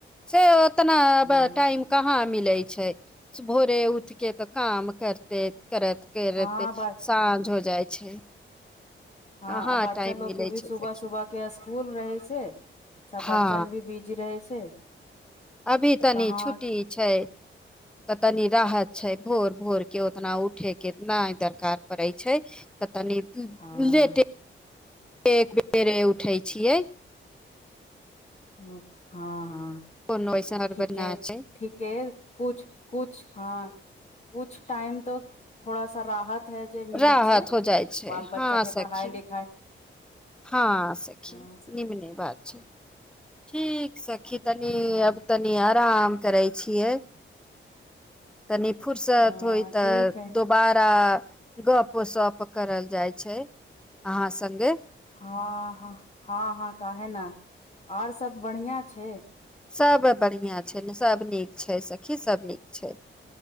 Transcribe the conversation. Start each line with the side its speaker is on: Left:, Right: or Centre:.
Centre: से ओ - उ तना
Left: हँ
Centre: टाइम कहाँ मिले छै भोरे उठके तऽ काम करते करत करत
Left: हँ ब
Centre: साँझ हो जाइ छै
Left: हँ
Centre: कहाँ
Left: आ बच्चा
Centre: टाइम
Left: लोग
Centre: मिलै
Left: के भी
Centre: छै
Left: सुबह
Centre: सखी
Left: सुबह के स्कूल रहै छै सब
Centre: हँ
Left: बच्चन भी बिजी रहै छै
Centre: अभी
Left: तऽ
Centre: तनी
Left: कहाँ
Centre: छुट्टी छै तऽ तनी राहत छै भोर भोर के उतना उठे के नहि दरकार पड़ै छै त तनी
Left: हँ
Centre: लेटे एक बेेरे उठै छियै
Left: हँ हँ
Centre: कोनो ऐसन हड़बड़
Left: ठीके
Centre: ना छै
Left: ठीके कुछ कुछ हँ कछ टाइम तऽ थोड़ा सा राहत त जे मिलै
Centre: राहत
Left: छै
Centre: हो जाइ छै
Left: बाल बच्चा
Centre: हँ
Left: के
Centre: सखी
Left: पढ़ाइ लिखाइ
Centre: हँ सखी
Left: हँ सखी
Centre: निम्ने बात छै ठीक छै सखी तनी
Left: हँ
Centre: अब तनी आराम करै छियै कनी फुर्सत
Left: अ
Centre: होइ
Left: ठीक
Centre: तऽ
Left: है
Centre: दोबारा गप सप करल जाइ छै अहाँ संगे
Left: हँ ह हँ हँ काहे न आओर सभ बढ़िआँ छै
Centre: सभ बढ़िआँ छै ने सभ नीक छै सखी सभ नीक छै